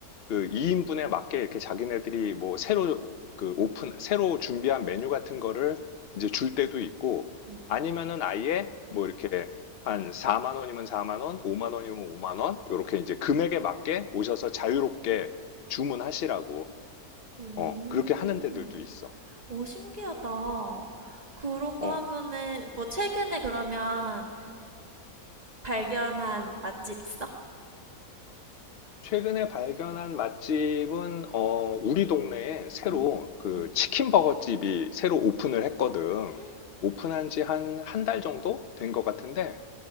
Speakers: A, on the left (about 50°); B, on the right (about 30°).
A: 그 2인분에 맞게 이렇게 자기네들이 뭐 새로 그 오픈 새로 준비한 메뉴 같은 거를 이제 줄 때도 있고
B: 응.
A: 아니면은 아예 뭐 이렇게 한 4만 원이면 4만 원, 5만 원이면 5만 원 이렇게 이제 금액에 맞게 오셔서 자유롭게 주문하시라고
B: 오.
A: 어 그렇게 하는 데들도 있어.
B: 오, 신기하다. 그런
A: 어.
B: 거 하면은, 뭐, 최근에 그러면 발견한 맛집 있어?
A: 최근에 발견한 맛집은 어, 우리 동네에 새로
B: 응,
A: 그
B: 응,
A: 치킨 버거집이 새로 오픈을 했거든.
B: 응,
A: 오픈한 지 한 한 달 정도 된 것 같은데